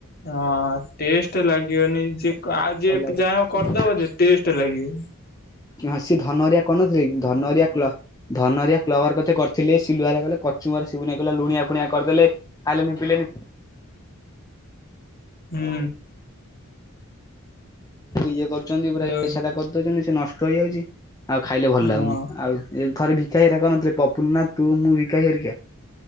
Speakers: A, on the left; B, on the left.
A: ହଁ ଟେଷ୍ଟ ଲାଗିବନି ଯେ ଆଉ ଯିଏ
B: ଭଲ ଲାଗିବ
A: ଚାହିଁବ କରିଦବ ଯେ ଟେଷ୍ଟ ଲାଗିବନି।
B: ହଁ ସିଏ ଧନହେରିଆ କରୁ ନ ଥିଲେ କି ଧନ ହେରିକା ଧନ ହେରିକା କ୍ଲବଘରେ କ ତେ କରିଥିଲେ ସିଲୁ କଲେ କଚୁମର ସିବୁନ ଭାଇ କହିଲା ଲୁଣିଆ ଫୁଣିଆ କରିଦେଲେ ଖାଇଲେନି ପିଲି
A: ହୁଁ।
B: ଇଏ କରୁଛନ୍ତି ପୁରା
A: ଯଉ
B: <unintelligible> କରିଦଉଛନ୍ତି ସେ ନଷ୍ଟ ହେଇଯାଉଚି। ଆଉ ଖାଇଲେ ଭଲ
A: ହଁ
B: ଲାଗୁନି ଆଉ ଥରେ ଭିକା ହେରିକା କରୁନଥିଲେ ପପୁନ ନା ତୁ ମୁଁ ଭିକାଭାଇ ହାରିକା।